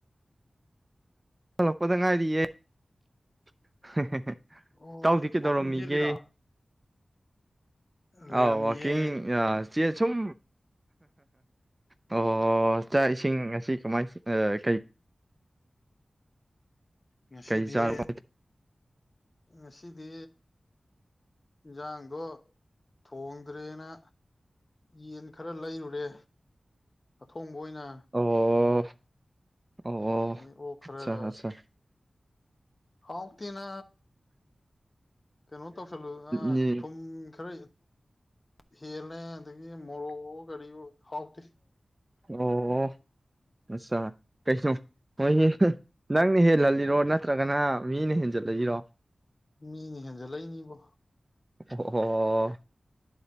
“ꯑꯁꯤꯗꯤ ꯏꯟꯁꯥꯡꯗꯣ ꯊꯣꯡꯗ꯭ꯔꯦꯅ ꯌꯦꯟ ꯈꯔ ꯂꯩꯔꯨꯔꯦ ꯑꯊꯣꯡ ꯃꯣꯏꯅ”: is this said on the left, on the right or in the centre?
Left